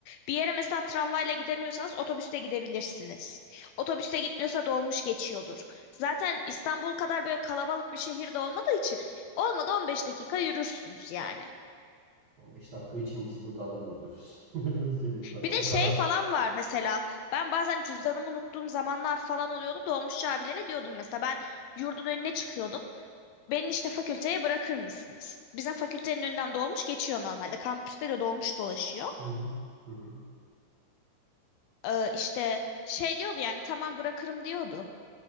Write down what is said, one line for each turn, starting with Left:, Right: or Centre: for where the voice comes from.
Left: Bir yere mesela tramvayla gidemiyorsanız otobüste gidebilirsiniz. Otobüste gitmiyorsa dolmuş geçiyordur. Zaten İstanbul kadar böyle kalabalık bir şehirde olmadığı için olmadı On beş dakika yürürsünüz yani.
Right: 15 dakika için biz burada adam öldürürüz. <laughs> Öyle söyleyeyim sana.
Left: Bir
Right: O
Left: de şey
Right: kadar
Left: falan
Right: kötü.
Left: var mesela. Ben bazen cüzdanımı unuttuğum zamanlar falan oluyordu. Dolmuşçu abilere diyordum mesela ben yurdun önüne çıkıyordum. Beni işte fakülteye bırakır mısınız? Bizim fakültenin önünden dolmuş geçiyor normalde. Kampüste de dolmuş dolaşıyor.
Right: Hı hı. Hı hı.
Left: Ee, işte şey diyordu yani tamam bırakırım diyordu.